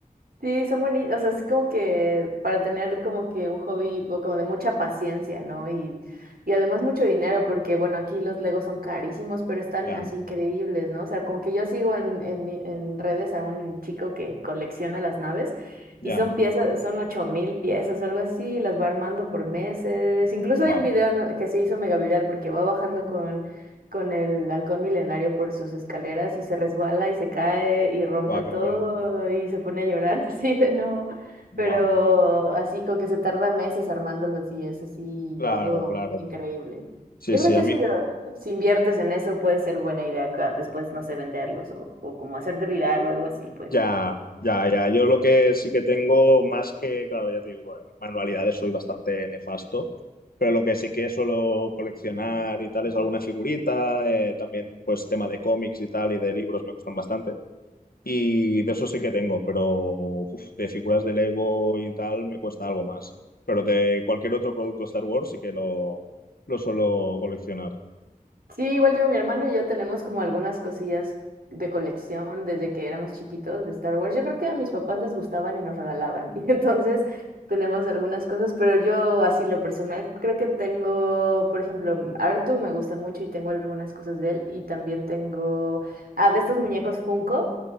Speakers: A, on the right; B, on the left.
A: Sí, son bonitos, o sea, es como que para tener como que un hobby o como de mucha paciencia, ¿no? Y, y además mucho dinero, porque bueno, aquí los Legos son carísimos, pero están
B: Ya,
A: así increíbles, ¿no? O sea, como que yo sigo en, en, mi- en redes a un chico que colecciona las naves
B: ya.
A: y son piezas, son ocho mil piezas o algo así, las va armando por meses. Incluso
B: Wow.
A: hay un video, ¿no? que se hizo mega viral porque va bajando con con el halcón milenario por sus escaleras y se resbala y se cae y rompe
B: Wow,
A: todo
B: qué bueno.
A: y se pone a llorar <laughs> así de no,
B: Wow.
A: pero así como que se tarda meses armándolos y es así
B: Claro,
A: algo
B: claro.
A: increíble.
B: Sí,
A: Yo
B: sí,
A: creo que
B: a mí.
A: si, lo- si inviertes en eso puede ser buena idea ca- después, no sé, venderlos o, o como hacerte viral o algo así, pues.
B: Ya, ya, ya. Yo lo que sí que tengo, más que, claro, ya te digo, en manualidades soy bastante nefasto, pero lo que sí que suelo coleccionar y tal es alguna figurita, eh, también pues tema de cómics y tal y de libros me gustan bastante. Y de eso sí que tengo, pero uf, de figuras de Lego y tal me cuesta algo más. Pero de cualquier otro producto Star Wars sí que lo, lo suelo coleccionar.
A: Sí, igual yo, mi hermano y yo tenemos como algunas cosillas de colección desde que éramos chiquitos de Star Wars. Yo creo que a mis papás les gustaban y nos regalaban. <laughs> Y entonces tenemos algunas cosas, pero yo así lo personal creo que tengo, por ejemplo, mm, Artu me gusta mucho y tengo algunas cosas de él. Y también tengo, ah, de estos muñecos Funko.